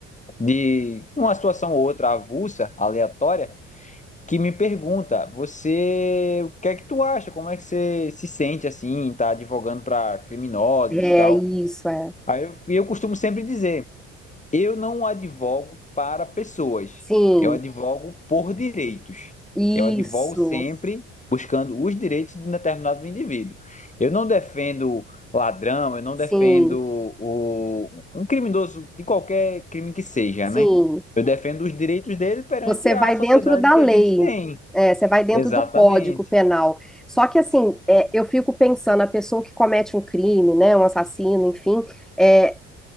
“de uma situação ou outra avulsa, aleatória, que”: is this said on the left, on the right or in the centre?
Left